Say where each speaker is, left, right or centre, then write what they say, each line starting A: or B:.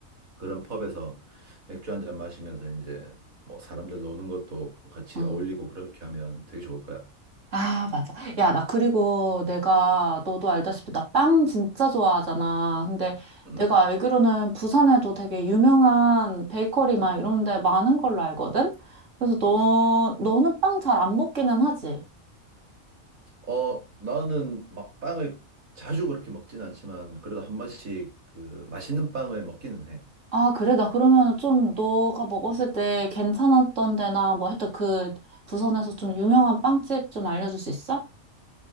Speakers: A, on the right; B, on the right.
A: 그런 펍에서 맥주 한 잔 마시면서 이제 뭐 사람들 노는 것도 같이
B: 어.
A: 어울리고 그렇게 하면 되게 좋을 거야.
B: 아, 맞아. 야, 나 그리고 내가, 너도 알다시피 나 빵 진짜 좋아하잖아. 근데
A: 음.
B: 내가 알기로는 부산에도 되게 유명한 베이커리 막 이런 데 많은 걸로 알거든? 그래서 너, 너는 빵 잘 안 먹기는 하지?
A: 어, 나는 막 빵을 자주 그렇게 먹진 않지만 그래도 한 번씩 그 맛있는 빵을 먹기는 해.
B: 아, 그래. 나 그러면 좀 너가 먹었을 때 괜찮았던 데나 뭐 하여튼 그 부산에서 좀 유명한 빵집 좀 알려줄 수 있어?